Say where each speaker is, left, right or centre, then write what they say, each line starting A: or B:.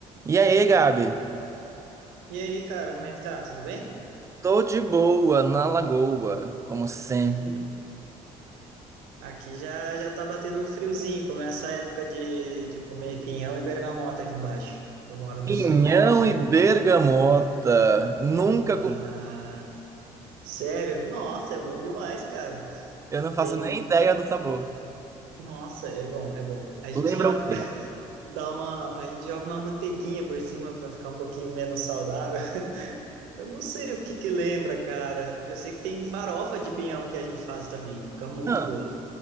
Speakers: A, on the right; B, on the right.
A: E aí, Gabi?
B: E aí, cara, como é que tá? Tudo bem?
A: Tô de boa na lagoa, como sempre.
B: <laughs> Aqui já já tá batendo um friozinho, começa a época de, de comer pinhão e bergamota aqui embaixo. Eu moro
A: Pinhão
B: no sul, né, irmão?
A: e bergamota. Nunca
B: Bah,
A: comi.
B: sério? Nossa, é bom demais, cara.
A: Eu não faço
B: Tem,
A: nem ideia do sabor.
B: nossa, é bom, é bom. A gente
A: Lembra
B: joga
A: o quê?
B: <laughs> dá uma, a gente joga uma manteiguinha por cima para ficar um pouquinho menos saudável. <laughs> Eu não sei o que que lembra, cara. Eu sei que tem farofa de pinhão que a gente faz também, fica muito
A: Ah,
B: boa.